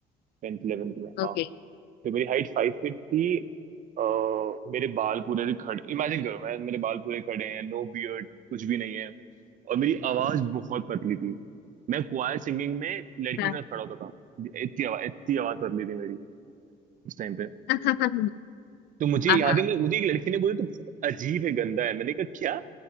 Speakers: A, on the right (about 50°); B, on the left (about 80°).
A: टेंथ इलेवेंथ में हाँ
B: ओके
A: तो मेरी हाइट फाइव फीट थी और मेरे बाल पूरे से खड़े इमेजिन करो मैं मेरे बाल पूरे खड़े हैं नो बियर्ड कुछ भी नहीं है और मेरी आवाज बहुत पतली थी मैं क्वायर सिंगिंग में लड़कियों
B: हाँ
A: के साथ खड़ा होता था इतनी आवाज इतनी आवाज पतली थी मेरी उस टाइम पे
B: <laughs> हाँ हाँ हाँ
A: तो मुझे
B: हाँ
A: याद
B: हाँ
A: है मुझे मुझे एक लड़की ने बोली तो बहुत अजीब है गंदा है मैंने कहा क्या